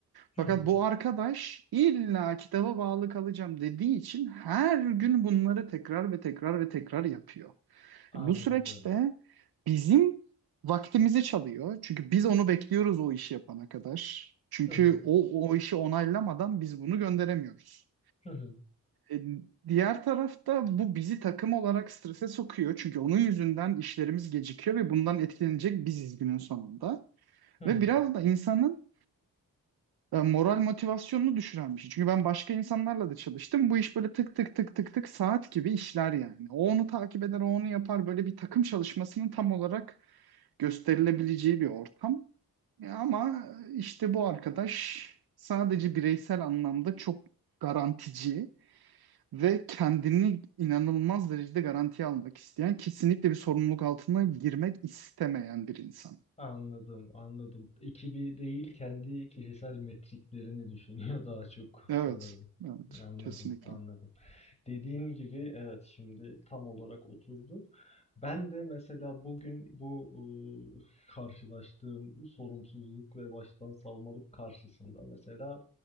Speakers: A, on the left; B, on the right.
A: Hı
B: Fakat
A: hı.
B: bu arkadaş illa kitaba bağlı kalacağım dediği için her gün bunları tekrar ve tekrar ve tekrar yapıyor.
A: Anladım.
B: Bu süreçte bizim vaktimizi çalıyor. Çünkü biz onu bekliyoruz o işi yapana kadar. Çünkü
A: Hı hı.
B: o, o işi onaylamadan biz bunu gönderemiyoruz.
A: Hı hı.
B: E, diğer tarafta bu bizi takım olarak strese sokuyor. Çünkü onun yüzünden işlerimiz gecikiyor ve bundan etkilenecek biziz günün sonunda.
A: Hı hı.
B: Ve biraz da insanın e, moral motivasyonunu düşüren bir şey. Çünkü ben başka insanlarla da çalıştım. Bu iş böyle tık tık tık tık tık saat gibi işler yani. O onu takip eder, o onu yapar. Böyle bir takım çalışmasının tam olarak gösterilebileceği bir ortam. E, Ama işte bu arkadaş sadece bireysel anlamda çok garantici ve kendini inanılmaz derecede garantiye almak isteyen, kesinlikle bir sorumluluk altına girmek istemeyen bir insan.
A: Anladım, anladım. Ekibi değil, kendi kişisel metriklerini düşünüyor daha çok
B: Evet,
A: sanırım.
B: evet,
A: Anladım,
B: kesinlikle.
A: anladım. Dediğin gibi evet şimdi tam olarak oturdu. Ben de mesela bugün bu ıı, karşılaştığım sorumsuzluk ve baştan savmalık karşısında mesela